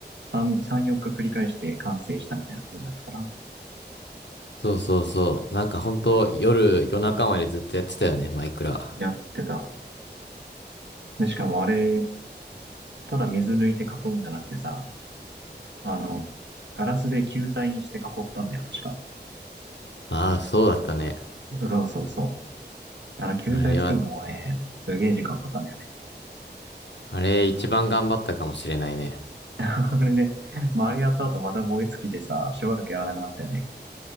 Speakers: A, on the right; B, on the left.
A: 3、3、4日繰り返して完成したみたいな感じだったから、
B: そうそうそう。なんかほんと、夜、夜中までずっとやってたよね、マイクラ。
A: やってた。で、しかもあれ、ただ水抜いて囲うんじゃなくてさ、あの、ガラスで球体にして囲ったんだよ、確か。
B: ああ、そうだったね。
A: そうそうそう。あの、球体作るのもね、
B: あれは、
A: すげえ時間かかったんだよね。
B: あれ一番頑張ったかもしれないね。
A: <laughs> あれね、まあ、あれやった後また燃え尽きてさ、しばらくやらなくなったよね。